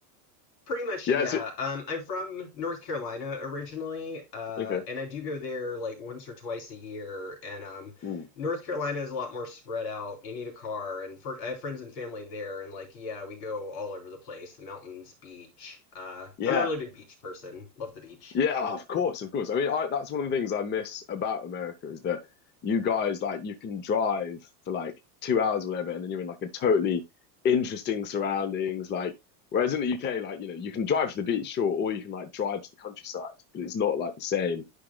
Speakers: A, on the left; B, on the left.
A: Pretty much,
B: Yeah.
A: yeah.
B: It's,
A: Um, I'm from North Carolina originally, uh,
B: okay.
A: and I do go there like once or twice a year. And um,
B: Mm.
A: North Carolina is a lot more spread out. You need a car, and for, I have friends and family there, and like, yeah, we go all over the place, the mountains, beach. Uh,
B: Yeah.
A: I'm a really big beach person. Love the beach.
B: Yeah. Oh, Of course. Of course. I mean, I, that's one of the things I miss about America is that you guys like you can drive for like two hours, or whatever, and then you're in like a totally interesting surroundings. Like, whereas in the UK, like you know, you can drive to the beach, sure, or you can like drive to the countryside, but it's not like the same,